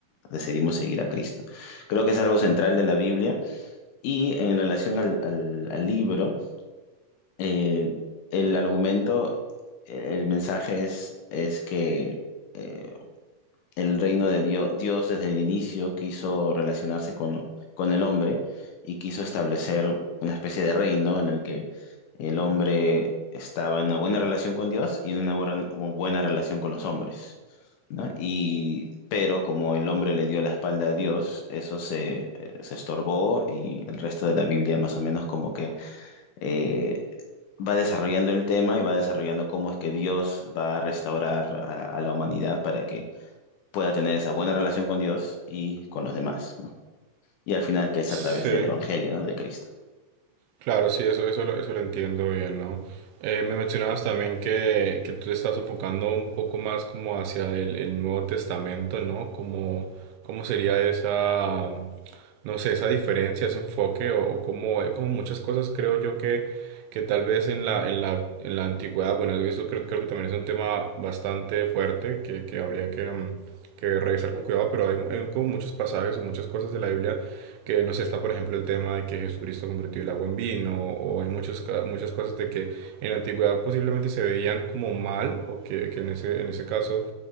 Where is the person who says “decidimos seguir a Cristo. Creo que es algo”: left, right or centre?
Left